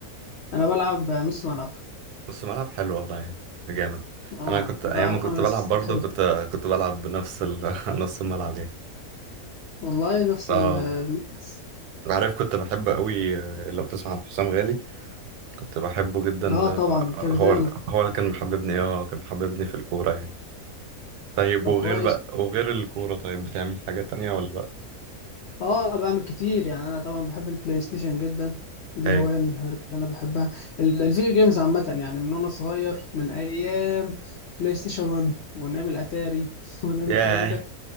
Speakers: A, on the left; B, on the right.
A: أنا بلعب نص ملعب
B: بس ملعب حلو والله جامد
A: اه
B: انا كنت
A: بعرف
B: ايام ما كنت
A: أعمل
B: بلعب
A: أسيستات
B: برضه
A: حلو
B: كنت كنت بلعب بنفس ال... <laughs> نفس الملعب يعني
A: والله نفس
B: اه
A: ال- المركز
B: عارف كنت بحب قوي لو تسمع عن حسام غالي كنت بحبه جدا
A: اه
B: آه،
A: طبعا الكابيتانو
B: هو ال- هو اللي كان محببني اه كان محببني في الكورة يعني طيب
A: طب
B: وغير
A: كويس
B: بقى وغير الكورة طيب بتعمل حاجة تانية ولا بقى
A: اه بعمل كتير يعني أنا طبعا بحب البلاي ستيشن جدا دي
B: هاي
A: هواية من الهوايات اللي أنا بحبها ال- الفيديو جيمز عامة يعني من وأنا صغير من أيام بلاي ستيشن 1 وأيام الأتاري <laughs> وأيام
B: ياه
A: الكلام ده